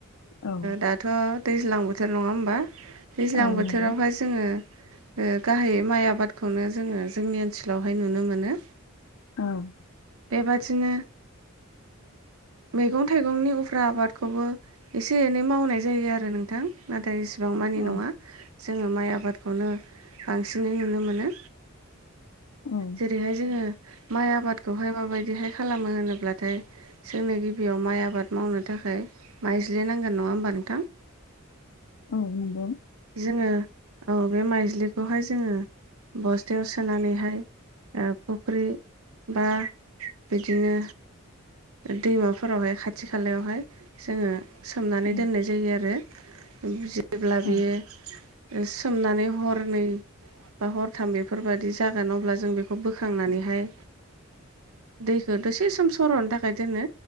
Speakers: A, on the left (about 85°); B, on the right (about 85°).
A: औ
B: दाथ' दैज्लां बोथोर नङा होमबा दैज्लां
A: औ
B: बोथोरावहाय
A: नंगौ
B: जोङो गाहायै माइ आबादखौनो जोङो जोंनि ओनसोलावहाय नुनो मोनो
A: औ
B: बेबादिनो मैगं थाइगंनि उफ्रा आबादखौबो एसे एनै मावनाय जायो आरो नोंथां नाथाय इसेबां मानि
A: औ
B: नङा जोङो माइ आबादखौनो बांसिनै नुनो मोनो
A: औ
B: जेरैहाय जोङो माइ आबादखौहाय माबायदिहाय खालामो होनोब्लाथाय जोंनो गिबियाव माइ आबाद मावनो थाखाय माइज्लनांगोन नङा होमबा नोंथां
A: औ नंगौ
B: जोङो औ बे माइज्लिखौहाय जोङो बस्थायाव सोनानैहाय फुख्रि बा बिदिनो दैमाफोरावहाय खाथि खाथि खालायावहाय जोङो सोमनानै
A: औ
B: दोननाय जायो आरो जेब्ला
A: औ
B: बियो सोमनानै हरनै बा हरथाम बेफोरबाददि जागोन अब्ला जों बेखौ बोखांनानैहाय दैखौ दसे सम सर'नो थाखाय दोनो